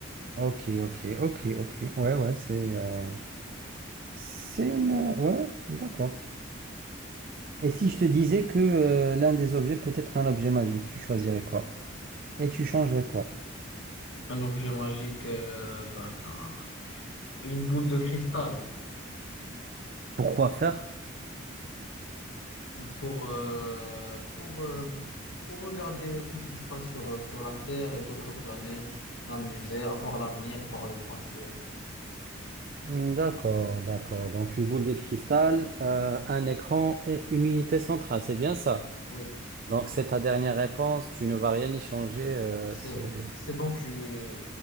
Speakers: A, on the right (about 45°); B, on the left (about 65°).
A: Ok, ok, ok, ok. Ouais, ouais, c'est euh, c'est une... euh, Ouais, d'accord. Et si je te disais que euh, l'un des objets peut être un objet magique, tu choisirais quoi? Et tu changerais quoi?
B: Un objet magique, euh, d'accord. Une boule de cristal
A: Pourquoi faire?
B: pour, euh, pour, euh, pour regarder tout ce qui se passe sur, euh, sur la Terre et d'autres planètes, m'amuser, avoir l'avenir, voir le passé.
A: Hmm, D'accord, d'accord. Donc une boule de cristal, euh, un écran et une unité centrale, c'est bien ça?
B: Oui,
A: Donc, c'est ta dernière réponse, tu ne vas rien y changer. euh,
B: c'est
A: c'est...
B: bon. C'est bon, tu...